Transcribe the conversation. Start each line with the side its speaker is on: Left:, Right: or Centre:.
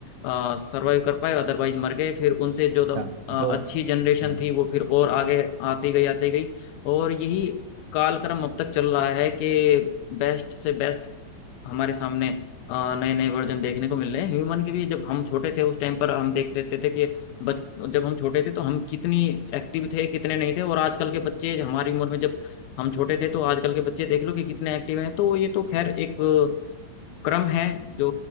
Left: सर्वाइव कर पाए अदरवाइज मर गए फिर उनसे
Right: अच्छा
Left: जो दम, अ,
Right: जो
Left: अच्छी जनरेशन
Right: हाँ
Left: थी वो फिर और आगे आती गई आती गई और यही कालक्रम अब तक चल रहा है कि बेस्ट से बेस्ट हमारे सामने नए नए वर्जन देखने को मिल रहे हैं ह्यूमन के भी जब हम छोटे थे उस टाइम पर हम देख देते थे कि बच जब हम छोटे थे तो हम कितनी एक्टिव थे कितने नहीं थे और आजकल के बच्चे हमारी उम्र में जब हम छोटे थे तो आजकल के बच्चे देख लो कि कितने एक्टिव हैं तो ये तो खैर एक क्रम है जो